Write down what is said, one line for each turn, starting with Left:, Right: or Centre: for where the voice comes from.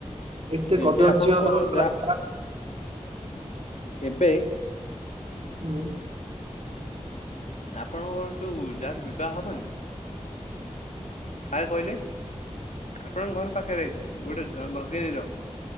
Right: ଏତେ
Left: ଏବେ
Right: କଦର୍ଯ୍ୟ
Left: ଆପଣଙ୍କର ଯା
Right: ରାସ୍ତା
Left: ଏବେ,
Right: ହୁଁ।
Left: ଆପଣଙ୍କର ଯୋଉ, ଯାହାର ବିବାହ ହବନି! କାର କହିଲେ! ଆପଣଙ୍କ ଘର ପାଖରେ, ଗୋଟେ ଭଗିନୀର